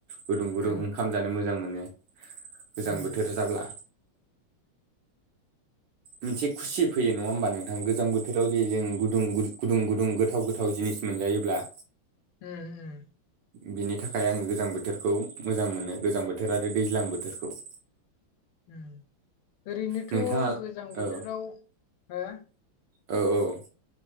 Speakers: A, on the right; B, on the left.
A: गुदुं गुदुं
B: उम
A: ओंखाम जानो मोजां मोनो गोजां
B: उम
A: बोथोर जाब्ला मोनसे खुसि फैयो नङा होमबा नोंथां गोजां बोथोराव जे जों गुदुं गुदुं गुदुं गोथाव गोथाव जिनिस मोनजायोब्ला
B: उम उम।
A: बिनि थाखाय आंङो गोजां बोथोरखौ मोजां मोनो गोजां बोथोर आरो दैज्लां बोथोरखौ।
B: ओं ओरैनोथ'
A: नोंथाङा
B: गोजां बोथोराव
A: औ
B: हो
A: औ औ।